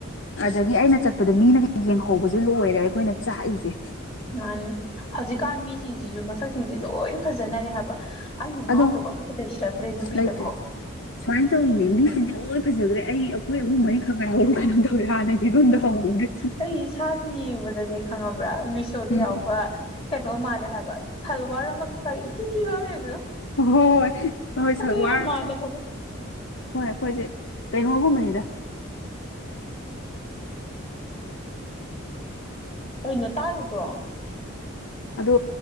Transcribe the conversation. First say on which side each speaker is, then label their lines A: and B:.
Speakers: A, on the left; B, on the left.
A: ꯑꯗꯒꯤ ꯑꯩꯅ ꯆꯠꯄꯗꯣ ꯃꯤꯅ ꯌꯦꯡꯍꯧꯕꯁꯦ ꯂꯣꯏꯔꯦ ꯑꯩꯈꯣꯏꯅ ꯆꯥꯛꯏꯁꯦ
B: ꯃꯥꯅꯤ ꯍꯧꯖꯤꯛꯀꯥꯟ ꯃꯤꯁꯤꯡꯁꯤꯁꯨ ꯃꯁꯛꯁꯤꯡꯁꯦ ꯂꯣꯏ ꯐꯖꯅꯔꯦ ꯍꯥꯏꯕ ꯑꯩꯅ
A: ꯑꯗꯣ
B: ꯉꯥꯎꯗꯕ ꯑꯝꯇ ꯂꯩꯁꯤꯜꯂꯛꯇ꯭ꯔꯦ ꯅꯨꯄꯤꯗꯐꯥꯎ
A: ꯂꯩꯇ꯭ꯔꯦ ꯁꯨꯃꯥꯏꯅ ꯇꯧꯋꯤꯅꯦ ꯃꯤꯁꯤꯡꯁꯦ ꯂꯣꯏ ꯐꯖꯈ꯭ꯔꯦ ꯑꯩ ꯑꯩꯈꯣꯏ ꯑꯍꯨꯝ ꯃꯔꯤꯈꯛ ꯉꯥꯏꯍꯧꯔꯕ ꯀꯩꯅꯣꯝ ꯇꯧꯋꯦ ꯍꯥꯟꯅ ꯐꯤꯕꯝꯗ ꯍꯧꯔꯨꯗ꯭ꯔꯤꯁꯦ
B: ꯑꯩ ꯏꯁꯥꯥꯁꯦ ꯌꯦꯡꯕꯗꯅꯦ ꯈꯪꯉꯕ꯭ꯔꯥ ꯃꯤꯁꯣꯗ
A: ꯎꯝ
B: ꯌꯥꯎꯕ ꯀꯩꯅꯣ ꯃꯥꯜꯂꯦ ꯍꯥꯏꯕ ꯁꯜꯋꯥꯔ ꯑꯃ ꯀꯩ ꯏꯊꯤ ꯊꯤꯕ ꯑꯃ ꯂꯩꯕꯗꯣ
A: ꯍꯣꯏ ꯍꯣꯏ
B: ꯑꯗꯨ
A: ꯁꯜꯋꯥꯔ
B: ꯌꯥꯝ ꯃꯥꯜꯂꯦ ꯍꯥꯏꯕ
A: ꯍꯣꯏ ꯑꯩꯈꯣꯏꯁꯦ ꯀꯩꯅꯣꯒꯨꯝꯕꯅꯤꯗ
B: ꯀꯩꯅꯣ ꯇꯥꯔꯤꯕ꯭ꯔꯣ
A: ꯑꯗꯣ